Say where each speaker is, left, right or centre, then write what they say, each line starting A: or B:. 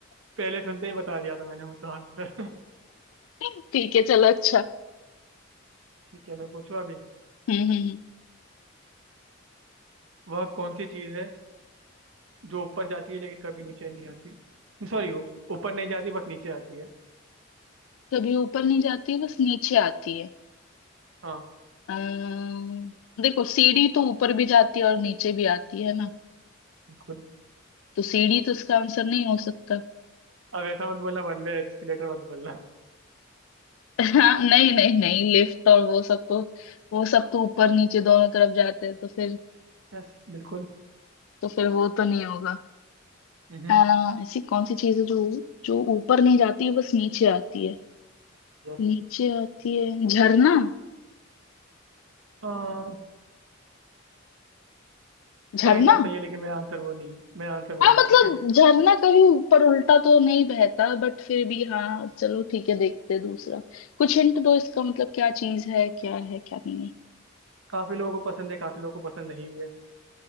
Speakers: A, on the right (about 65°); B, on the left (about 70°).
A: पहले सुनते ही बता दिया था मैंने उसका आंसर
B: ठीक है चलो अच्छा
A: <laughs> ठीक है मैं पूछूं अभी
B: हम्म हम्म हम्म।
A: वह कौन सी चीज है जो ऊपर जाती है लेकिन कभी नीचे नहीं आती सॉरी ऊपर नहीं जाती बस नीचे आती है
B: कभी ऊपर नहीं जाती बस नीचे आती है
A: हाँ
B: अम्म, देखो सीढ़ी तो ऊपर भी जाती है और नीचे भी आती है ना
A: बिल्कुल
B: तो सीढ़ी तो इसका आंसर नहीं हो सकता
A: अब ऐसा मत बोलना वन वे एस्केलेटर मत बोलना
B: <laughs> हाँ नहीं नहीं नहीं लिफ्ट और वो सब तो वो सब तो ऊपर नीचे दोनों तरफ जाते हैं तो फिर
A: यस बिल्कुल
B: तो फिर वो तो नहीं होगा
A: हम्म
B: आ, ऐसी कौन सी चीज है जो जो ऊपर नहीं जाती है बस नीचे आती है
A: यस
B: नीचे आती है झरना
A: हम्म
B: झरना
A: काइंड ऑफ सही है लेकिन मेरा आंसर वो नहीं है मेरा आंसर वो
B: हाँ
A: नहीं
B: मतलब
A: है
B: झरना कभी ऊपर उल्टा तो नहीं बहता बट फिर भी हाँ चलो ठीक है देखते हैं दूसरा कुछ हिंट दो इसका मतलब क्या चीज है क्या है क्या नहीं है
A: <laughs> काफी लोगों को पसंद है काफी लोगों को पसंद नहीं भी है